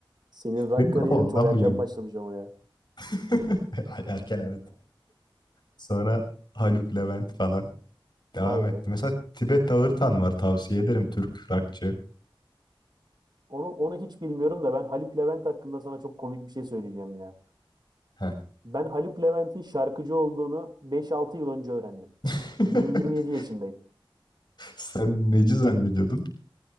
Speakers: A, on the right; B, on the left.
A: Senin rock
B: Benim
A: kariyerin
B: kafa ondan
A: çok erken
B: bu yamuk.
A: başlamış ama ya.
B: <laughs> Erken evet. Sonra Haluk Levent falan devam
A: Vay
B: etti.
A: be.
B: Mesela Tibet Ağırtan var tavsiye ederim Türk rockçı.
A: Onu, onu hiç bilmiyorum da ben Haluk Levent hakkında sana çok komik bir şey söyleyeceğim ya.
B: He.
A: Ben Haluk Levent'in şarkıcı olduğunu 5-6 yıl önce öğrendim.
B: <laughs>
A: 20-27 yaşındayım.
B: Sen neci zannediyordun?